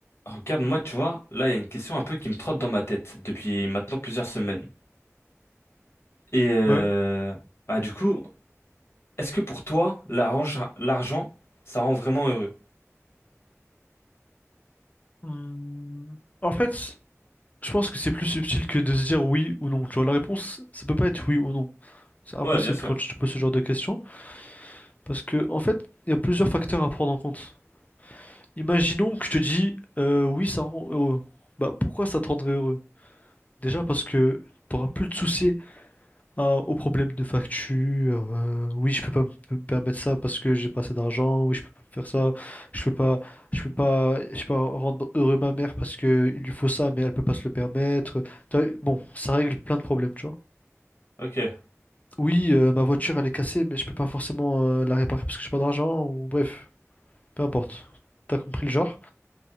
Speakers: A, on the left; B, on the left.
A: Regarde, moi, tu vois, là, il y a une question un peu qui me trotte dans ma tête depuis maintenant plusieurs semaines. Et euh,
B: Ouais.
A: bah du coup, est-ce que pour toi, l'arrange- l'argent, ça rend vraiment heureux?
B: Hum, En fait, je pense que c'est plus subtil que de se dire oui ou non. Tu vois, la réponse, ça peut pas être oui ou non. C'est impossible
A: Ouais, bien sûr.
B: quand tu te poses ce genre de questions. Parce que, en fait, il y a plusieurs facteurs à prendre en compte. Imaginons que je te dis euh, oui, ça rend heureux. Bah, pourquoi ça te rendrait heureux? Déjà parce que tu n'auras plus de soucis à- aux problèmes de facture. euh, oui, je peux pas me permettre ça parce que j'ai pas assez d'argent. Oui, je peux pas me faire ça. Je peux pas, je peux pas, je peux pas rendre heureux ma mère parce que il lui faut ça, mais elle peut pas se le permettre. Tu vois, Bon, ça règle plein de problèmes, tu vois.
A: Ok,
B: Oui, euh, ma voiture elle est cassée, mais je peux pas forcément euh, la réparer parce que j'ai pas d'argent ou bref, peu importe. T'as compris le genre.